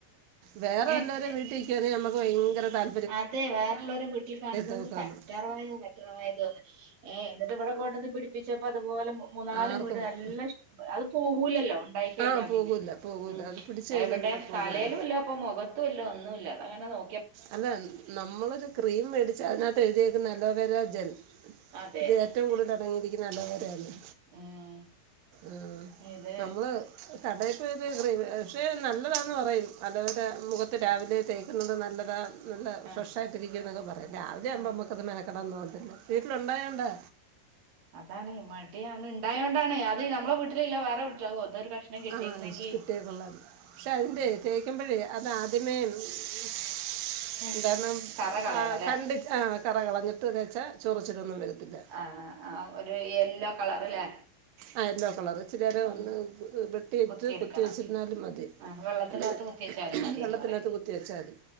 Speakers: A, on the right (about 65°); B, on the right (about 45°).
A: വേറെ
B: ഏ
A: വെലോരോം വീട്ടി കിട്ടിയത് നമുക്ക് ഭയങ്ക താൽ
B: അതെ വേറള്ളോരെ വീട്ടിൽ കാണുമ്പോ
A: തേക്കാമെന്ന്
B: കറ്റാ കാനും കറ്റാർവാഴത് ഏ എന്നിട്ട് ഇവിടെ കൊണ്ടുവന്ന് പിടിപ്പിച്ചപ്പോ അതുപോലെ മൂ മൂന്നാല
A: ആർക്കും
B: വീട് നല്ല ഇഷ്ട് അത് പോവൂല്ലല്ലോ ഇണ്ടായിക്കഴിഞ്ഞ
A: ആഹ് പോകൂല്ല
B: പിന്നെ
A: പോകൂല്ല
B: ഉം
A: അത് പിടിച്ച് കഴിഞ്ഞാൽ
B: എവിടെ
A: പിന്നെ പോകൂല്ല
B: തലേലുല്ലാ ഇപ്പൊ മുഖത്തുല്ല ഒന്നുമല്ല അതങ്ങനെ നോ
A: അല്ല നമ്മളൊരു ക്രീം മേടിച്ച അതിനകത്ത് എഴുതിയേക്കുന്ന അലോവേരാ ജെൽ
B: അതെ
A: ഇത് ഏറ്റവും കൂടുതൽ അടങ്ങിയിരിക്കുന്ന അലോവെരതെന്നെ
B: ഉം
A: ആഹ്
B: ഇത്
A: നമ്മള് കടയിപ്പോയത് ക്രീം പക്ഷേ നല്ലതാന്ന് പറയും അലൊവെര മുഖത്ത് രാവിലെ തേക്കുന്നത് നല്ലതാ നല്ല
B: ആഹ്
A: ഫ്രഷായിട്ടിരിക്കുവെന്നൊക്കെ പറയും രാവിലയാമ്പോൾ
B: ആഹ്
A: നമുക്ക് അത് മെനക്കെടാൻ തോന്നത്തില്ല വീട്ടിലുണ്ടായേണ്ടാ
B: അതാണെ മടിയാണ് ഇണ്ടായൊണ്ടണെ അത് നമ്മളെ വീട്ടിലില്ല വേറെ വീട്ടിലകും ആവൂ അതൊരു കഷ്ണം കിട്ടിരുന്നെങ്കി
A: ആഹ് കിട്ടിയ കൊള്ളാം പക്ഷെ അതിന്റെ തേക്കുമ്പോഴേ അത് അദ്യമേ എന്തന്ന്
B: ഉം കറ കളയണല്ലേ
A: ആഹ് കണ്ടിച്ച് ആഹ് കറ കളഞ്ഞിട്ട് തെച്ചാ ചോറിച്ചിലൊന്നും വരത്തില്ല
B: ആഹ് ആഹ് ഒരു യെല്ലോ കളറ്ല്ലേ
A: ആഹ് യെല്ലോ കളറ് ഇച്ചിരി നേരം
B: ഉം
A: ഒന്ന് വെട്ടിയിട്ട്
B: കുത്തിയെടുക്കണം
A: കുത്തി വെച്ചിരുന്നാലും മതി
B: ആ വെള്ളത്തിനകത്ത്
A: അല്ലെ
B: കുത്തിച്ചാലും മതിന്ന്
A: വെള്ളത്തിനകത്ത്
B: പറയും
A: കു കുത്തിവെച്ചതി